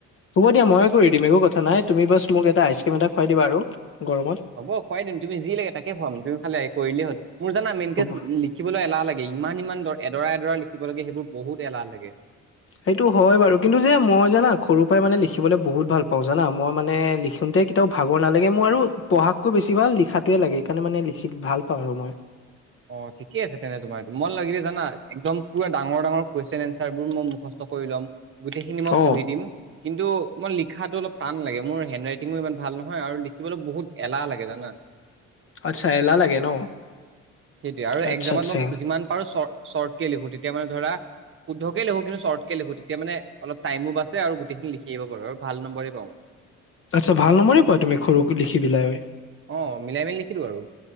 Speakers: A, on the left; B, on the right.
A: হ'ব দিয়া মইয়ে কৰি দিম একো কথা নাই তুমি বছ মোক এটা আইচক্ৰীম এটা খুৱাই দিবা আৰু গৰমত।
B: হ'ব খুৱাই দিম তুমি যি লাগে তাকে খুৱাম। তুমি ফালে কৰিলেই হ'ল মোৰ জানা মেইনকেচ
A: হ'ব
B: লি খিবলৈ এলাহ লাগে ইমান ইমানন দ এডৰা এডৰা লিখিব লাগে সেইবোৰ বহুত এলাহ লাগে।
A: সেইটো হয় বাৰু কিন্তু যে মই জানা খৰুৰ পৰাই মানে লিখিবলৈ বহুত ভাল পাওঁ জানা মই মানে লিখোনতে। তেও ভাগৰ নালাগে আৰু মোৰ পঢ়াতকৈ বেছি ভাল লিখাতোৱে লাগে। সেইকাৰনে মানে লিখি ভাল পাওঁ আৰু মই।
B: অ ঠিকে আছে তেনে তোমাৰ মই লাগিলে জানা একদম পুৰা ডাঙৰ ডাঙৰ কুৱেশন এনচাৰ বোৰ মোৰ মুখচ মুখষ্ট কৰি ল'ম গোটেইখিনি মই
A: অ
B: পঢ়ি দিম। কিন্তু মো‌ই লিখাটো অলপ টান লাগে। মোৰ হেণ্ডৰাইটিঙো ইমান ভাল নহয় আৰু লিখিবলৈ বহুত- এলাহ লাগে জানা।
A: আচ্ছা, এলাহ লাগে ন?
B: সেইটোৱে আৰু
A: আচ্ছা
B: একজামত
A: আচ্ছা
B: মই যিমান পাৰো চৰ্ট চৰ্টকে লিখো তেতিয়া মানে ধৰা - শুদ্ধকে লিখো কিন্তু চৰ্টকে লিখো তেতিয়া মানে অলপ টাইমো বাছে আৰু গোটেইখিনি লিখি আহিব পাৰো আৰু ভাল নম্বৰে পাওঁ।
A: আচ্ছা ভাল নন্বৰে পোৱা তুমি সৰুকে লিখি দিলেও।
B: অ মিলাই মেলি লিখি দিওঁ আৰু।